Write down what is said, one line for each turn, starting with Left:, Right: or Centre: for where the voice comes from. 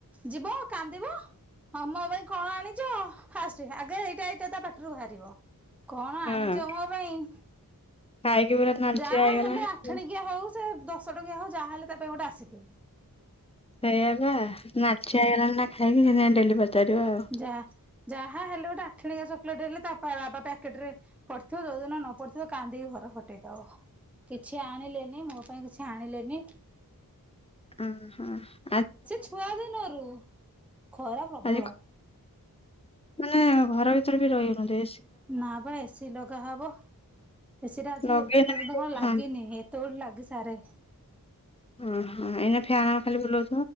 Centre: ଯିବ କାନ୍ଦିବ। ହଁ ମୋ ପାଇଁ କଣ ଆଣିଛ? ଫାଷ୍ଟ ଆଗ ଏଇଟା ଏଟା ତା ପାଟରୁ ବାହାର ଯିବ। କଣ
Left: ହଁ
Centre: ଆଣିଛ ମୋ ପାଇଁ?
Left: ଖାଇକି ପୁରା ନାଲଚିଆ
Centre: ଯାହା
Left: ହେଇଗଲାଣି।
Centre: ହେଲେ ଆଠଣିକିଆ ହଉ ସେ ଦଶ ଟଙ୍କିଆ ହଉ ଯାହାହଲେ ତା ପାଇଁ ଗୋଟେ ଆସିଥିବ।
Left: ସେଇଆବା ନାଚୁ ଠିଆଇଲାଣି ନା ଖାଇକି ସେ ଡେଲି ପାରିବା ଆଉ।
Centre: ଯା ଯାହା ହେଲେ ଗୋଟେ ଆଠିଣିକଆ ଚକୋଲେଟ ହେଲେ ତା ବାବା ପ୍ୟାକେଟ ରେ ପଡିଥିବ ଯୋଉଦିନ ନ ପଡିଥିବ କାନ୍ଦିକି ଘର ଫଟେଇଦବ। କିଛି ଆଣିଲେନି ମୋ ପାଇଁ କିଛି ଆଣିଲେନି
Left: ହଁ ହଁ।
Centre: ସେ ଛୁଆ ଦିନରୁ। ଖରା ପ୍ରବଳ।
Left: ଆଜି ମାନେ ଘର ଭିତରେ ବି ରହି ହଉନି।
Centre: ନା ବା ଏସିି ଲଗାହବ ଏସି ଟା ଆଜି
Left: ଲଗେଇଲେ
Centre: ଏପର୍ଯ୍ୟନ୍ତ
Left: ବି
Centre: କଣ ଲାଗିନି
Left: ହଁ
Centre: ଏତେବେଳେ ଲାଗି ଚାରେ
Left: ଓ ହଁ ଏଇନ ଫ୍ୟାନ୍ ଖାଲି ବୁଲ